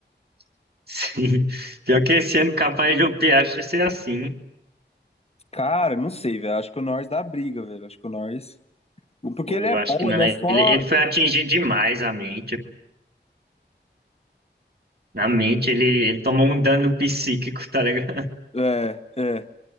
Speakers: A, on the right; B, on the left.
A: <laughs> sim. Pior que esse ano capaz do Piastri ser assim.
B: Cara, não sei, velho. Acho que o Norris dá briga, velho. Acho que o Norris. Porque
A: Eu
B: ele é
A: acho
B: bom,
A: que não.
B: ele é
A: Ele,
B: só.
A: ele foi atingir demais a mente. Na mente, ele, ele tomou um dano psíquico, tá ligado?
B: É, é.